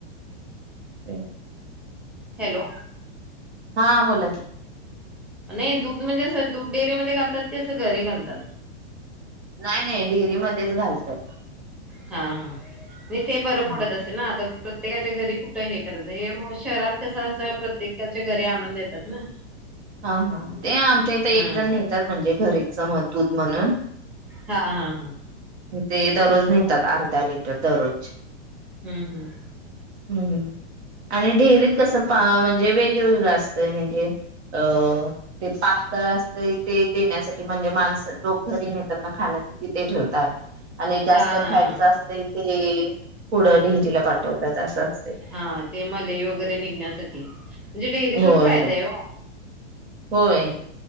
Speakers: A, on the right; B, in the centre.
A: नाई <unintelligible>
B: हॅलो,
A: हा बोला की,
B: नाही दूध म्हणजे असं दूध डेअरीमध्ये घालतात की असं घरी घालतात.
A: नाही नाही डेअरी मध्ये घालतात.
B: हा हा नाही ते बरं
A: हा
B: पडत असेल ना आता प्रत्येकाच्या घरी कुठं हे करत नाही मग शहरात कसं असं प्रत्येकाच्या घरी आणून देतात ना.
A: हा हा ते आमच्या इथे
B: हा
A: एक जण नेतात म्हणजे घरीच दूध म्हणून
B: हा हा हा
A: ते दररोज नेतात अर्धा लिटर दररोजचे
B: हम्म हम्म
A: हु आणि डेअरीत कसं म्हणजे वेगवेगळं असतंय म्हणजे अं ते पातळ असतं ते देण्यासाठी म्हणजे माणस लोक घरी नेतात खाण्यासाठी ते ठेवतात. आणि जास्त
B: हा हा
A: फॅटच
B: हा
A: असते. ते पुढं डेरीला पाठवतात. तत.
B: हा ते मलई वगैरे निघण्यासाठी डेअरीचाच
A: होय
B: फायदा
A: होय
B: आहे हो.
A: होय.